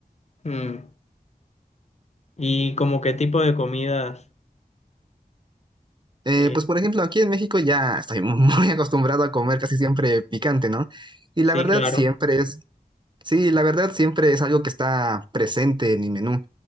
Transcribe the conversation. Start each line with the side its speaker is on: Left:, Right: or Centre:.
Left: Mm. ¿Y como qué tipo de comidas?
Right: Eh,
Left: eh,
Right: pues por ejemplo, aquí en México ya estoy <laughs> muy acostumbrado a comer casi siempre picante, ¿no? Y
Left: Sí,
Right: la verdad
Left: claro.
Right: siempre es, sí, la verdad siempre es algo que está presente en mi menú.